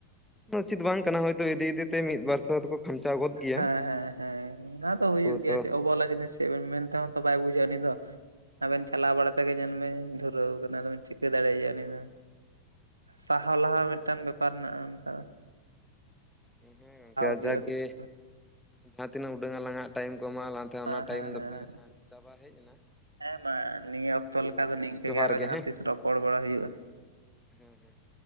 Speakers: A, in the centre; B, on the right.
A: ᱩᱪᱤᱛ ᱵᱟᱝ ᱠᱟᱱᱟ ᱦᱚᱭᱛᱳ ᱤᱫᱤ ᱤᱫᱤ ᱛᱮ ᱢᱤᱫ ᱵᱟᱨ <unintelligible> ᱫᱚᱠᱚ ᱠᱷᱟᱢᱪᱟᱣ ᱜᱚᱫ ᱜᱮᱭᱟ
B: ᱦᱮᱸ ᱦᱮᱸ ᱦᱮᱸ ᱚᱱᱟ ᱫᱚ
A: ᱩᱱᱠᱩ
B: ᱦᱩᱭᱩᱜ ᱜᱮᱭᱟ
A: ᱛᱚ
B: ᱡᱮ ᱚᱵᱚᱦᱮᱞᱟ ᱡᱤᱱᱤᱥ ᱪᱮᱫ ᱵᱮᱱ ᱢᱮᱱ ᱛᱮᱦᱚᱸ ᱛᱚ ᱵᱟᱭ ᱵᱩᱡᱷᱟᱹᱜ-ᱟ ᱩᱱᱤ ᱫᱚ
A: ᱦᱮᱸ
B: ᱟᱵᱮᱱ ᱪᱟᱞᱟᱣ ᱵᱟᱲᱟ ᱛᱮᱜᱮ ᱧᱮᱞ ᱢᱮ ᱫᱷᱩᱛ ᱯᱩᱨᱟᱹᱣ ᱠᱟᱱᱟ ᱟᱫᱚ ᱵᱮᱱ ᱪᱤᱠᱟᱹ ᱫᱟᱲᱮᱟᱭᱟ ᱩᱱᱤ ᱫᱚᱼᱼ ᱥᱟᱦᱟᱣ ᱞᱟᱦᱟ ᱢᱤᱫᱴᱟᱝ ᱵᱮᱯᱟᱨ ᱦᱮᱱᱟᱜ ᱚᱱᱠᱟᱼᱼ
A: ᱦᱮᱸ ᱜᱚᱝᱠᱮ
B: ᱦᱩᱭᱩᱜᱼᱟ
A: ᱡᱟᱠ
B: ᱠᱤᱪᱷᱩ
A: ᱜᱮ, ᱡᱟᱦᱟᱸ ᱛᱤᱱᱟᱹᱜ ᱩᱰᱟᱹᱝ ᱟᱞᱟᱝᱟᱜ ᱴᱟᱭᱤᱢ ᱠᱚ ᱮᱢᱟᱜ ᱞᱟᱝᱼᱼ
B: ᱦᱮᱸ
A: ᱚᱱᱟ ᱴᱟᱭᱤᱢ
B: ᱦᱮᱸ ᱦᱮᱸ
A: ᱫᱚ ᱯᱨᱟᱭ ᱱᱟᱜ ᱪᱟᱵᱟ ᱦᱮᱡ ᱮᱱᱟ ᱾
B: ᱦᱮᱸ ᱢᱟ ᱱᱤᱭᱟᱹ ᱚᱠᱛᱚ ᱞᱮᱠᱟ ᱫᱚ ᱱᱤᱝᱠᱟᱹ
A: ᱡᱚᱦᱟᱨ
B: ᱜᱮ ᱟᱨᱚ ᱡᱟᱦᱟᱸ
A: ᱦᱮᱸ
B: ᱛᱤᱥ ᱨᱚᱯᱚᱲ ᱵᱟᱲᱟ ᱦᱩᱭᱩᱜᱼᱟ ᱾
A: ᱦᱮᱸ ᱦᱮᱸ ᱾